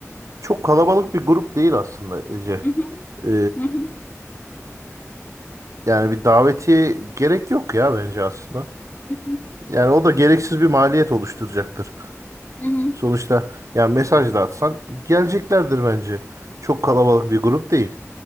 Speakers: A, on the right; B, on the left.
A: çok kalabalık bir grup değil aslında Ece.
B: Hı hı.
A: Ee,
B: Hı hı.
A: yani bir davetiye gerek yok ya bence aslında.
B: Hı
A: Yani o da gereksiz bir maliyet oluşturacaktır.
B: hı.
A: Sonuçta yani mesaj
B: Hı hı.
A: da atsan geleceklerdir bence. Çok kalabalık bir grup değil